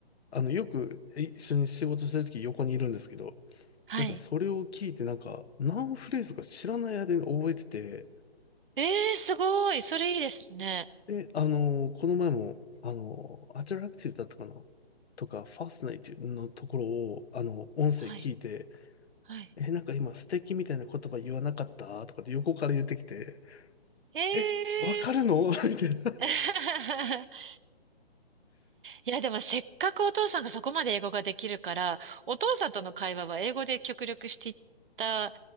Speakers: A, on the left (about 80°); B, on the right (about 55°).
A: あの、よく一緒に仕事してるとき横にいるんですけど、
B: はい。
A: なんかそれを聞いてなんか何フレーズか知らない間に覚えてて、
B: ええー、すごい。それいいですね。
A: で、あのこの前も、あのアトラクティブだったかなとか、ファスナイティブのところを、あの、音声聞いて、
B: はい、はい。
A: え、なんか今素敵みたいな言葉言わなかったとかって横から言ってきて、
B: ええー。
A: え、わかるの <laughs> みたいな。
B: <laughs> いや、でもせっかくお父さんがそこまで英語ができるから、お父さんとの会話は英語で極力していった